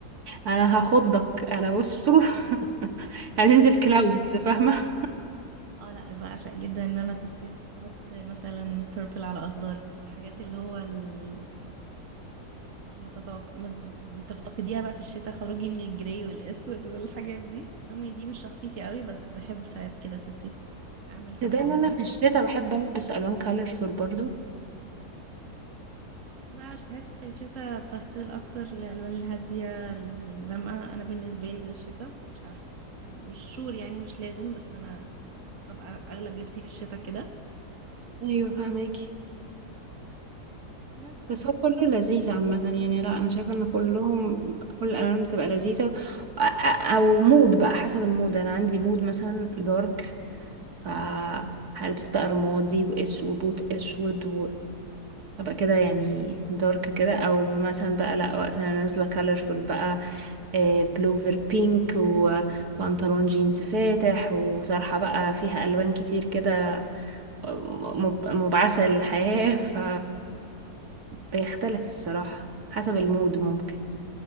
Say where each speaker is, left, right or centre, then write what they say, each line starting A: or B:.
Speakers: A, on the right; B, on the right.
A: انا هاخضك انا بصوا <laughs> هننزل
B: لا بجد
A: كلاودز
B: اه
A: فاهمة
B: آه، لا بعشق جدا ان انا في الصيف احط مثلا purple على اخضر الحاجات اللي هو ال- ما تتوق... ما بتفتقديها بقى في الشتاء خروجي من الجراي والاسود والحاجات دي رغم ان دي مش شخصيتي قوي بس بحب ساعات كده في الصيف اعمل الحركات
A: ده ان انا
B: دي
A: في الشتا بحب البس الوان كالرفول برضو
B: ما عارف بحس في الشتاء باستيل اكتر الالوان الهاديه الغامقه انا بالنسبه لي ده الشتاء مش عارفه مش شور يعني مش لازم بس انا ببقى اغلب لبسي في الشتاء كده
A: ايوه فاهمك
B: بس
A: بس هو كله لذيذ عامة يعني لا أنا شايفة إن كلهم كل الألوان بتبقى لذيذة أ- أ- أو مود بقى حسب المود أنا عندي مود مثلا دارك فهلبس بقى رمادي وإس وبوت أسود وأبقى كده يعني دارك كده أو مثلا بقى لا وقت أنا نازلة كالرفول بقى آه، بلوفر بينك وبنطلون جينز فاتح وطرحة بقى فيها ألوان كتير كده م- مب- مبعثة للحياة <laughs> ف بيختلف الصراحة حسب المود ممكن